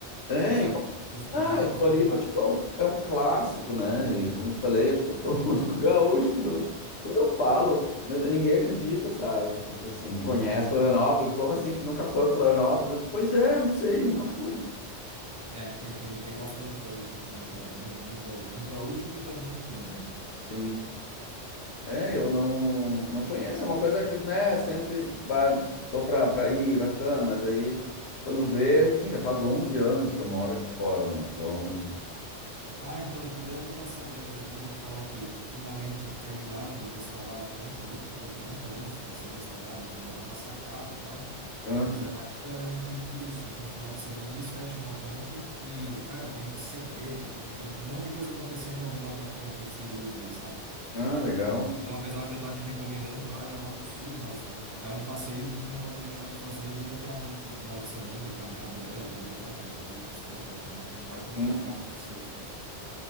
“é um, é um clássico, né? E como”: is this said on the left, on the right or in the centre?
Left